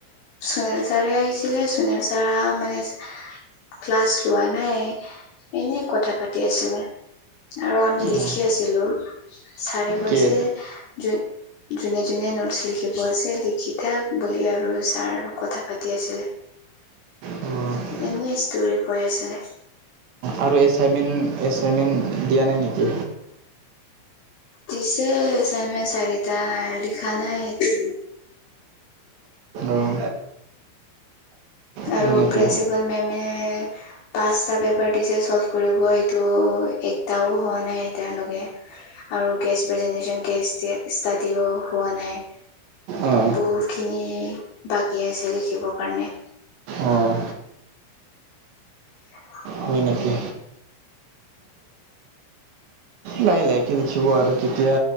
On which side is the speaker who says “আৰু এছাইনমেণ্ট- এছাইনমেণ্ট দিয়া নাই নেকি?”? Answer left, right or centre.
Right